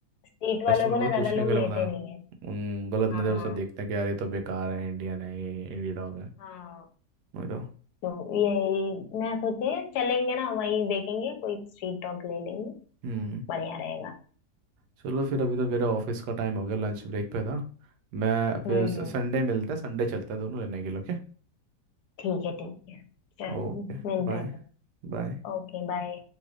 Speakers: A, on the left; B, on the right.
A: स्ट्रीट वालों
B: वेस्टर्न
A: को
B: लोग तो
A: ना ज्यादा
B: कुछ नहीं
A: लोग
B: गलत
A: लेते
B: बता
A: नहीं है
B: उन गलत नज़रों
A: हाँ
B: से देखते हैं कि यार ये तो बेकार है इंडियन है ये इंडी डॉग है
A: हाँ
B: वही तो
A: तो यही मैं सोची चलेंगे ना वहीं देखेंगे कोई स्ट्रीट डॉग ले लेंगे
B: हम्म
A: बढ़िया रहेगा
B: चलो फिर
A: हाँ।
B: अभी तो मेरा ऑफिस का टाइम हो गया लंच ब्रेक पे था मैं
A: हम्म
B: फिर
A: हम्म
B: संडे मिलते हैं संडे चलते हैं दोनों लेने के लिए ओके
A: ठीक है ठीक है चलो
B: ओके
A: मिलते
B: बाय
A: हैं फिर
B: बाय
A: Okay bye